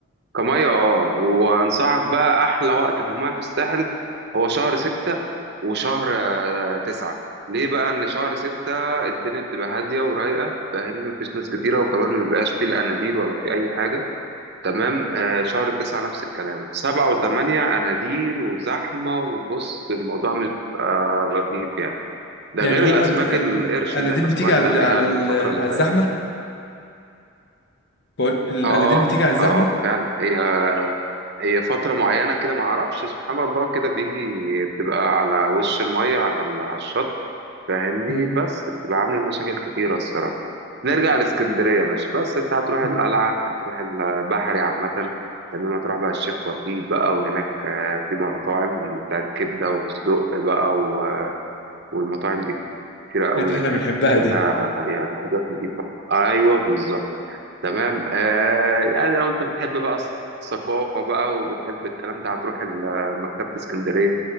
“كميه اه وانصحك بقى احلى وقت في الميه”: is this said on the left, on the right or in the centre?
Right